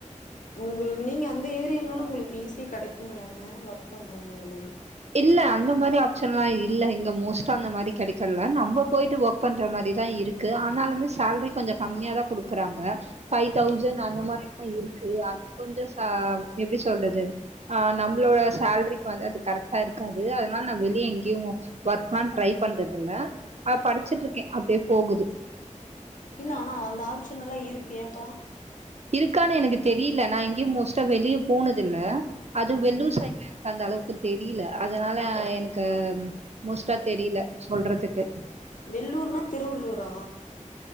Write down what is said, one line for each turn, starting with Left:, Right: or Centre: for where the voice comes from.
Left: உங்களுக்கு நீங்க அந்த ஏரியானால உங்களுக்கு ஈஸியா கெடைக்குமுலங்க ஒர்க் ஃப்ரம் ஹோமு இந்த மாரி
Right: இல்ல அந்த மாரி ஆப்ஷன்லா இல்ல இங்க மோஸ்ட்டா அந்த மாரி கெடைக்கல்ல நம்ப போயிட்டு ஒர்க் பண்ற மாரி தா இருக் க்கு ஆனாலுமே சேல்ரி கொஞ்ச கம்மியா தா குடுக் க்குறாங்க ஃபை தௌசண்ட் அந்த மாரிதா இருக்கு அ கொஞ்ச ச எப்டி சொல்றது ஆ நம்பளோட சேல்ரிக்கு வந்து அது கரெக் ஆ இருக்காது அதனால நா வெளியே எங்கேயு ஒர்க்லா ட்ரை பண்றது இல்ல ஆ படிச்சிட்ருக்கே அப் டியே போகுது
Left: இல்ல ஆனா அந்த ஆப்ஷன் எல்லா இருக்கு ஏப்பா
Right: இருக்கான்னு எனக்கு தெரியில நா எங்கியும் மோஸ்ட்டா வெளியே போனது இல்ல அது
Left: ம்
Right: வெள்ளூர் சைடுல எனக்கு அந்தளவுக் க்கு தெரியில அதனால எனக்கு மோஸ்ட்டா தெரியில சொல்றதுக்கு
Left: வெல்லூர்னா திருவள்ளூரா